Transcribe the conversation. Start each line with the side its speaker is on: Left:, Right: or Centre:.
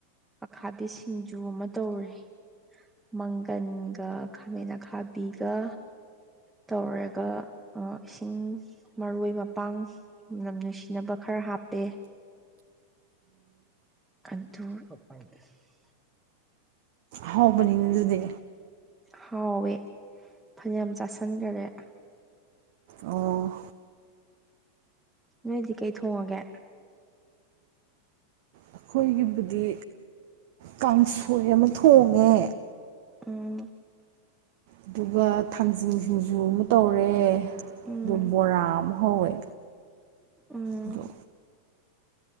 Centre: ꯑꯈꯥꯕꯤ ꯁꯤꯡꯖꯨ ꯑꯃ ꯇꯧꯔꯦ ꯃꯪꯒꯟꯒ ꯈꯥꯃꯦꯟ ꯑꯈꯥꯕꯤꯒ ꯇꯧꯔꯒ ꯑ ꯏꯁꯤꯡ ꯃꯔꯣꯏ ꯃꯄꯥꯡ ꯃꯅꯝ ꯅꯨꯡꯁꯤꯅꯕ ꯈꯔ ꯍꯥꯞꯄꯦ ꯀꯟꯊ <inaudible>
Right: ꯍꯧꯕꯅꯤꯅꯦ ꯑꯗꯨꯗꯤ
Centre: ꯍꯥꯎꯋꯦ ꯐꯅꯌꯥꯝ ꯆꯥꯁꯟꯈꯔꯦ
Right: ꯑꯣ
Centre: ꯅꯣꯏꯗꯤ ꯀꯩ ꯊꯣꯡꯉꯒꯦ
Right: ꯑꯩꯈꯣꯏꯒꯤꯕꯨꯗꯤ ꯀꯥꯡꯁꯣꯏ ꯑꯃ ꯊꯣꯡꯉꯦ
Centre: ꯎꯝ
Right: ꯑꯗꯨꯒ ꯊꯥꯡꯖꯤꯡ ꯁꯤꯡꯖꯨ ꯑꯃ ꯇꯧꯔꯦ
Centre: ꯎꯝ
Right: ꯕꯣ ꯕꯣꯔꯥ ꯑꯃ ꯍꯧꯋꯦ
Centre: ꯎꯝ
Right: ꯑꯗꯣ